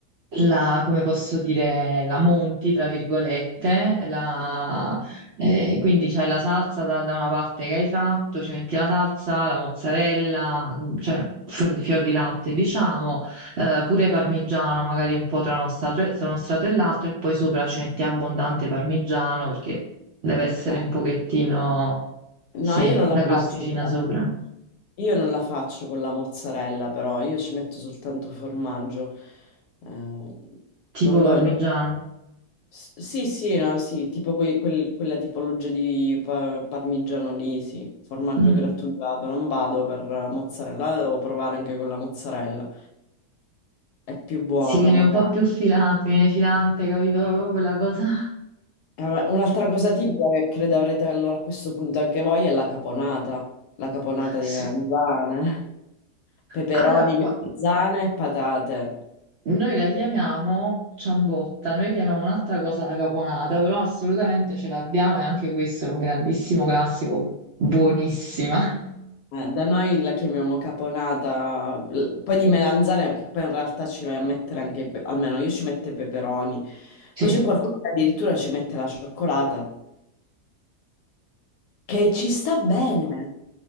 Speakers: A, on the right (about 65°); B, on the left (about 75°).
A: la- come posso dire, la monti, tra virgolette, la- eh, quindi c'hai la salsa da, da una parte che hai fatto, ci metti la salsa, la mozzarella, mm, cioè fior di, fior di latte, diciamo eh, pure parmigiano, magari un po' tra uno strato, tra uno strato e l'altro, e poi sopra ci metti abbondante parmigiano perché deve
B: Ok.
A: essere un pochettino, sì,
B: No, io non la
A: la
B: faccio
A: crosticina
B: con la...
A: sopra,
B: Io non la faccio con la mozzarella, però io ci metto soltanto formaggio. Eh,
A: tipo
B: non
A: parmigiano.
B: lo... no. S- Sì, sì, no, sì, tipo quei- quel- quella tipologia di pa- parmigiano lì, sì, formaggio
A: Mm.
B: grattugiato, non vado per mozzarella, la devo provare anche con la mozzarella, è più buona
A: Si viene
B: magari.
A: un po' più filante, viene filante, capito? Proprio Quella cosa.
B: Vabbè, un'altra cosa tipica che credo avrete allora a questo punto anche voi è la caponata, la caponata
A: <laughs>
B: di melanzane, <laughs> peperoni,
A: Allora, gua-
B: melanzane e patate.
A: noi la chiamiamo ciambotta, noi chiamiamo un'altra cosa la caponata, però assolutamente ce l'abbiamo e anche questo è un grandissimo classico, buonissima. <laughs>
B: Eh, da noi la chiamiamo caponata, l- poi di melanzane, che poi in realtà ci vai a mettere anche, i pe- almeno io ci metto i peperoni. Poi
A: Sì.
B: c'è qualcuno che addirittura ci mette la cioccolata che ci sta bene.